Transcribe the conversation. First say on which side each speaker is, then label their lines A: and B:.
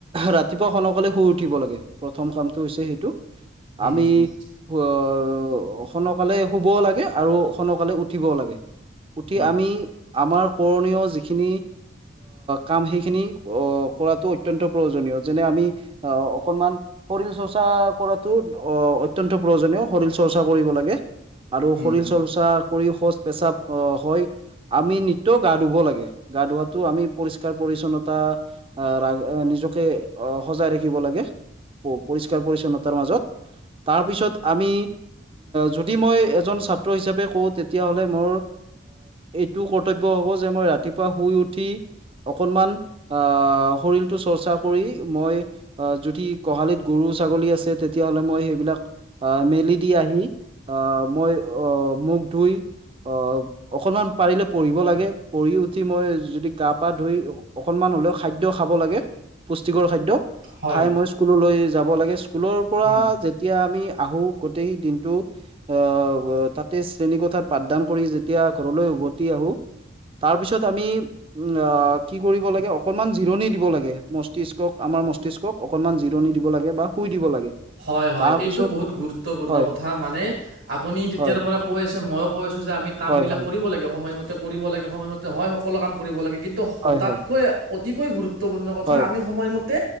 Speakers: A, on the right; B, on the right.
A: ৰাতিপুৱা সনকালে শুই উঠিব লাগে, প্ৰথম কাম টো হৈছে সেইটো
B: উম,
A: আমি
B: হম,
A: আৰু সনকালে শুবও লাগে আৰু সনকালে উঠিবও লাগে। উঠি
B: উম,
A: আমি আমাৰ কৰণীয় যিখিনি কাম সেইখিনি কৰাটো অত্যন্ত প্ৰয়োজনীয়, যেনে আম আমি অ অকণমান শৰীৰ চৰ্চা কৰাটো অত্যন্ত প্ৰয়োজনীয় শৰীৰ চৰ্চা কৰিব লাগে আৰু
B: হম,
A: শৰীৰ
B: হম,
A: চৰ্চা কৰি শৌচ পেচাব হয় আমি নিতৌ গা ধুব লাগে গা ধুৱাতটো আমি পৰিষ্কাৰ পৰি পৰিচ্ছন্নতা আহ নিজকে আহ সজাই ৰাখিব লাগে। পৰিষ্কাৰ- পৰিচ্ছন্নতাৰ মাজত তাৰপিছত। আমি যদি মই এজন ছাত্ৰ হিচাপে কওঁ তেতিয়া হ'লে মোৰ এইটো কৰ্তব্য হ'ব যে মই ৰাতিপুৱা শুই উঠি অকনমান আহ শৰীৰটো চৰ্চা কৰি মই আহ যদি গোহালিত গৰু ছাগলী আছে তেতিয়া হ'লে মই সেইবিলাক আহ মেলি দি আহি আহ মই আহ মূখ ধুই অ অকনমান পাৰিলে পঢ়িব লাগে পঢ়ি উঠি মই যদি গা পা ধুই অকনমান হ'লেও খাদ্য খাব লাগে পুষ্টিকৰ খাদ্য।
B: হয়,
A: খাই মই স্কুললৈ যাব লাগে স্কুলৰ পৰা
B: উম।
A: যেতিয়া আমি আহো গোটেই দিনটো আহ তাতে শ্ৰেণী কোঠাত পাঠদান কৰি যেতিয়া ঘৰলৈ উভতি আহো তাৰ পিছত আমি উম কি কৰিব লাগে অকণমান জিৰণি দিব লাগে মস্তিষ্কক আমাৰ মস্তিষ্কক অকণমান জিৰণি দিব লাগে বা শুই দিব লাগে
B: হয় হয়
A: তাৰ
B: এইটো
A: পিছত
B: বহুত গুৰুত্বপূৰ্ণ
A: হয়
B: কথা মানে আপুনি তেতিয়াৰ
A: হয় হয়
B: পৰা কৈ আছে মইও কৈ আছো যে আমি কাম
A: হয়
B: বিলাক
A: হয়
B: কৰিব লাগে। সময়মতে কৰিব লাগে সময়মতে হয় সকলো কাম কৰিব লাগে কিন্তু
A: হয়
B: তাতকৈ
A: হয়
B: অতিকৈ গুৰুত্ব গুৰুত্বপূৰ্ণ কথা
A: হয়
B: আমি সময়মতে